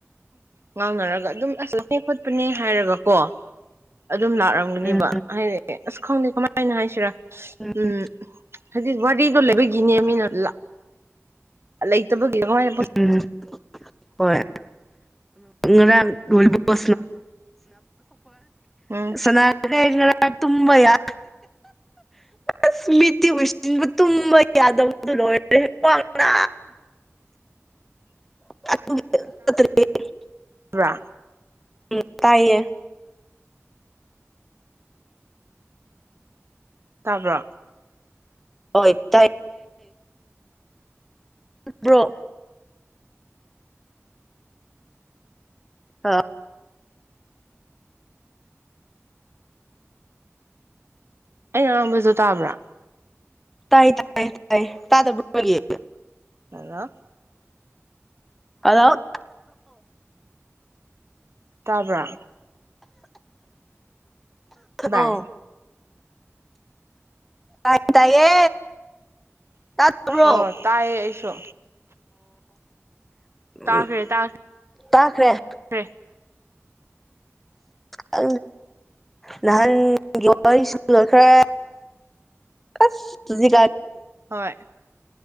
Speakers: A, on the right; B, in the centre.
A: ꯉꯥꯡꯅꯔꯒ ꯑꯗꯨꯝ ꯑꯁ ꯆꯦ ꯈꯣꯠꯄꯅꯦ ꯍꯥꯏꯔꯒꯀꯣ ꯑꯗꯨꯝ ꯂꯥꯛꯔꯝꯒꯅꯦꯕ
B: ꯎꯝ
A: ꯍꯥꯏꯗꯤ ꯑꯁ ꯈꯪꯗꯦ ꯀꯃꯥꯏꯅ ꯍꯥꯏꯁꯤꯔꯥ
B: ꯎ
A: ꯎꯝ ꯍꯥꯏꯗꯤ ꯋꯥꯔꯤꯗꯣ ꯂꯩꯕꯒꯤꯅꯦ ꯃꯤꯅ ꯂ ꯂꯩꯇꯕꯒꯉꯣꯏꯅ
B: ꯎꯝ ꯍꯣꯏ ꯉꯔꯥ ꯊꯄ
A: ꯎꯝ
B: ꯁꯅꯥꯇ ꯀ ꯏ ꯇꯨꯝꯕ ꯌꯥ ꯑꯁ ꯃꯤꯠꯇꯤ ꯎꯁꯤꯟꯕ ꯇꯨꯝꯕ ꯌꯥꯗꯕꯗꯨ ꯂꯣꯏꯔꯦ꯭ꯋꯥꯡꯅꯥ <unintelligible>
A: ꯋꯥ
B: ꯎꯝ ꯇꯥꯏꯌꯦ
A: ꯇꯥꯕ꯭ꯔꯣ
B: ꯍꯣꯏ ꯇꯥꯏ ꯭ꯔꯣ ꯑ
A: ꯑꯩ ꯑꯥꯡꯕꯁꯨ ꯇꯥꯕ꯭ꯔꯥ
B: ꯇꯥꯏ ꯇꯥꯏ ꯇꯥꯏ ꯇꯥꯗꯕ꯭ꯔ ꯑꯣꯏ
A: ꯑꯂꯣ
B: ꯍꯥꯎ꯭ꯔꯣ
A: ꯇꯥꯕ꯭ꯔ
B: ꯑ
A: ꯚꯥꯏ
B: ꯇ ꯇꯥꯏꯌꯦ ꯇꯥꯗꯕ꯭ꯔꯣ
A: ꯑ ꯇꯥꯏꯌꯦ ꯑꯦꯁꯣ
B: ꯎꯝ
A: ꯇꯥꯈ꯭ꯔꯦ ꯇꯥꯈ꯭ꯔꯦꯈ꯭ꯔꯦ
B: ꯇꯥꯈ꯭ꯔꯦ ꯀ ꯅꯍꯥꯟꯒꯤ ꯋꯥꯔꯤꯁꯨ ꯂꯣꯏꯈ꯭ꯔꯦ ꯑꯁꯖꯤ
A: ꯍꯣꯏ